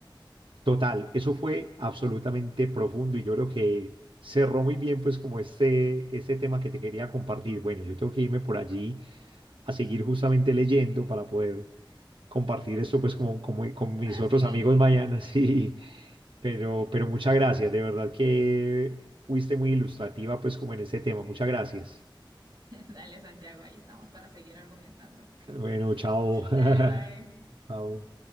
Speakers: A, on the right; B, on the right.
A: Total, eso fue absolutamente profundo y yo creo que cerró muy bien pues como este, este tema que te quería compartir. Bueno, yo tengo que irme por allí a seguir justamente leyendo para poder compartir esto pues como, como con mis
B: Para
A: otros
B: seguir,
A: amigos mañana, <laughs> sí, pero, pero muchas gracias, de verdad que fuiste muy ilustrativa pues como en este tema, muchas gracias.
B: <laughs> dale Santiago, ahí estamos para seguir argumentando.
A: Bueno, chao. <laughs>
B: Dale, bye.
A: Chao.